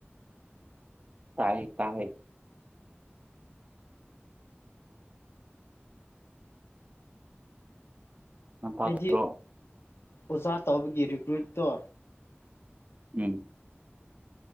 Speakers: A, on the right; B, on the left.
A: ꯇꯥꯏ ꯇꯥꯏ ꯅꯟ ꯊꯥꯗꯔꯣ
B: ꯑꯩꯗꯤ ꯑꯣꯖꯥ ꯇꯧꯕꯒꯤ ꯔꯤꯀ꯭ꯔꯨꯏꯠꯇꯣ
A: ꯎꯝ